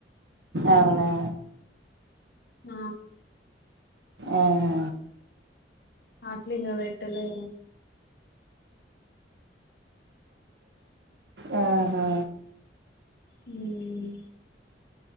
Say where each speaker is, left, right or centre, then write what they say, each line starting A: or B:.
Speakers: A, on the right (about 75°); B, on the left (about 60°).
A: అవునా
B: ఆ
A: ఆహా
B: అట్లిగా పెట్టలే
A: ఆహా
B: హ్మ్